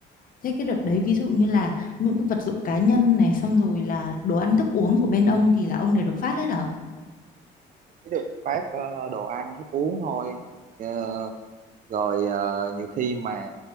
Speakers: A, on the left; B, on the right.
A: Thế cái đợt đấy ví dụ như là những cái vật dụng cá nhân này xong rồi là đồ ăn thức uống của bên ông thì là ông đều được phát hết hả?
B: chỉ được phát ờ, đồ ăn thức uống thôi Ờ, rồi ờ, nhiều khi mà